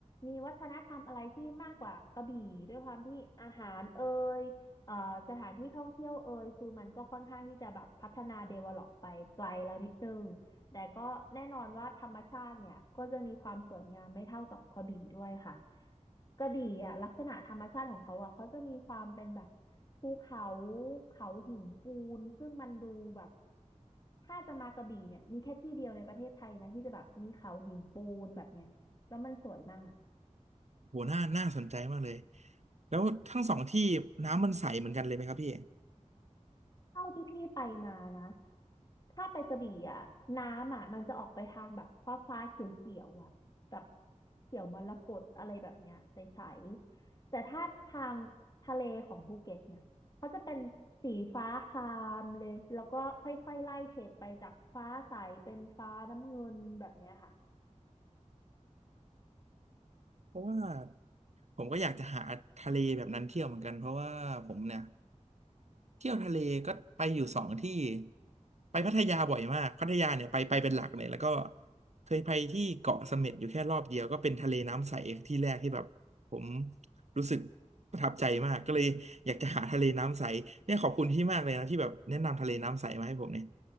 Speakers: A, on the left; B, on the right.
A: มีวัฒนธรรมอะไรที่มากกว่ากระบี่ด้วยความที่อาหารเอ่ยเอ่อสถานที่ท่องเที่ยวเอ่ยคือมันก็ค่อนข้างที่จะแบบพัฒนาเดเวล็อปไปไกลแล้วนิดนึง แต่ก็แน่นอนว่าธรรมชาติเนี่ยก็จะมีความสวยงามไม่เท่ากับกระบี่ด้วยค่ะกระบี่อ่ะลักษณะธรรมชาติของเขาอ่ะเขาจะมีความเป็นแบบภูเขาเขาหินปูนซึ่งมันดูแบบถ้าจะมากระบี่เนี่ยมีแค่ที่เดียวในประเทศไทยนะที่จะแบบมีเขาหินปูนแบบเนี้ยแล้วมันสวยมาก
B: โหน่าน่าสนใจมากเลย แล้วทั้งสองที่น้ำมันใสเหมือนกันเลยไหมครับพี่
A: เท่าที่พี่ไปมานะ ถ้าไปกระบี่อ่ะน้ำอ่ะมันจะออกไปทางแบบฟ้าฟ้าเขียวเขียวอ่ะแบบเขียวมรกตอะไรแบบเนี้ยใสๆ แต่ถ้าทางทะเลของภูเก็ตเนี่ยเขาจะเป็นสีฟ้าครามเลยแล้วก็ค่อยๆไล่เฉดไปจากฟ้าใสเป็นฟ้าน้ำเงินแบบเนี้ยค่ะ
B: เพราะว่าผมก็อยากจะหาทะเลแบบนั้นเที่ยวเหมือนกันเพราะว่าผมเนี่ย เที่ยวทะเลก็ไปอยู่สองที่ไปพัทยาบ่อยมากพัทยาเนี่ยไปไปเป็นหลักเลยแล้วก็เคยไปที่เกาะเสม็ดอยู่แค่รอบเดียวก็เป็นทะเลน้ำใสที่แรกที่แบบผมรู้สึกประทับใจมากก็เลยอยากจะหาทะเลน้ำใสเนี่ยขอบคุณที่มากเลยนะที่แบบแนะนำทะเลน้ำใสมาให้ผมเนี่ย